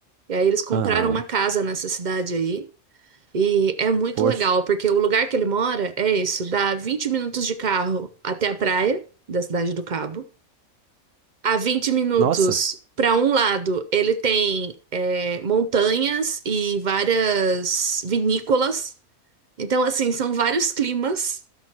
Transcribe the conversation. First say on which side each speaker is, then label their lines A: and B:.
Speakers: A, on the right (about 50°); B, on the right (about 70°).
A: e aí eles compraram
B: Aham.
A: uma casa nessa cidade aí. E é muito
B: Poxa.
A: legal, porque o lugar que ele mora é isso, dá 20 minutos de carro até a praia da Cidade do Cabo. A vinte minutos
B: Nossa,
A: para um lado, ele tem é, montanhas e várias vinícolas. Então, assim, são vários climas